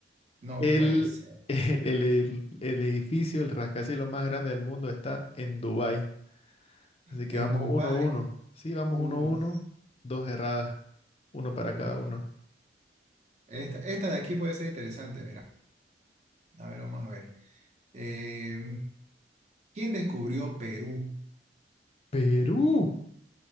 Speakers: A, on the right; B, on the left.
A: no
B: El,
A: puede ser.
B: <laughs> el, el- el- el edificio, el rascacielos más grande del mundo está en Dubái. Así que
A: En
B: vamos
A: Dubái,
B: uno a uno. Sí, vamos
A: uff,
B: uno a uno. Dos erradas. Uno
A: uy.
B: para cada uno.
A: Esta, esta de aquí puede ser interesante, mira. A ver, vamos a ver. Eh, ¿quién descubrió Perú?
B: Perú.